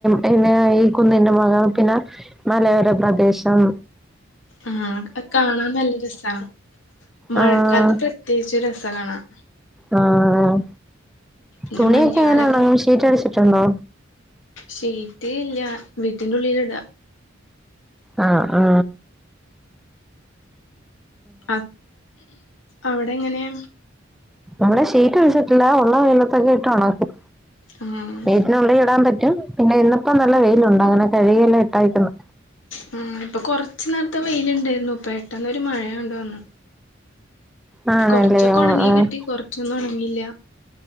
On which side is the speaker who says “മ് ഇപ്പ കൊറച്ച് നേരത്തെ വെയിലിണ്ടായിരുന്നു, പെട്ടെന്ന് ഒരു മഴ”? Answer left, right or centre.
Left